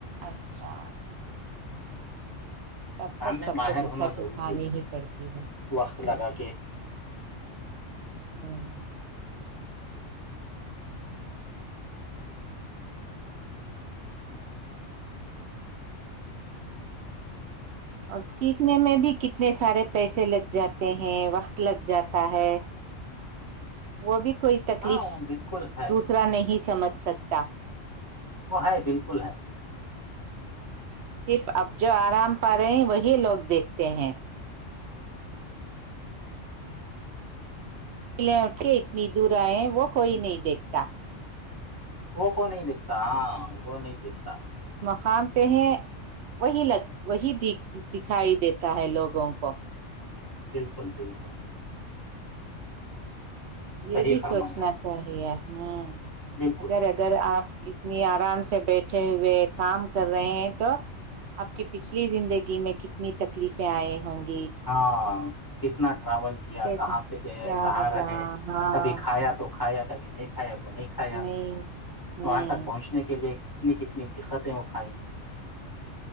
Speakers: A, on the right (about 65°); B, on the left (about 25°).
A: اچھا تب
B: کام
A: تک
B: میں
A: سب
B: ماہر
A: کو دقت
B: ہونا ضروری
A: اٹھانی
B: ہے
A: ہی پڑتی ہے
B: وقت لگا کے
A: ہوں اور سیکھنے میں بھی کتنے اتنے سارے پیسے لگ جاتے ہیں وقت لگ جاتا ہے وہ بھی کوئی تکلیف
B: ہاں وہ بالکل ہے
A: دوسرا نہیں سمجھ ست
B: وہ ہے بالکل ہے
A: صرف اب جو آرام پا رہے وہی لوگ دیکھتے ہیں پلیں اٹھے اتنی دور آئےیں وہ کوئی نہیں دیکھتا
B: وہ کو نہیں دیکھتے ہاں وہ نہیں دیکھتا
A: خام پہ ہیں وہی لگ وہی د دکھائی دیتا ہے لوگوں کو
B: بالکل بالکل صحیح
A: یہ بھی سوچنا
B: فرمایا آپ
A: چاہیے ہوں
B: نے، بالکل
A: اگر اگر آپ اتنی آرام سے بیٹھے ہوئے کام کر رہے ہیں تو آپ کی پچھلی زندگی میں کتنی تکلیفیں آئی ہوں گی
B: ہاں کتنا ٹول کیا
A: کیسے
B: کہاں پہ گئے
A: کیا
B: کہاں
A: ہوگا
B: رہے
A: ہاں
B: کبھی کھایا تو ھایا کبھی نہیں کھ کھایا تو نہیں کھایا
A: نہیں ہوں
B: وہاں تک پہنچنے کے لیے کتنی کتنی دقتیں اٹھائیں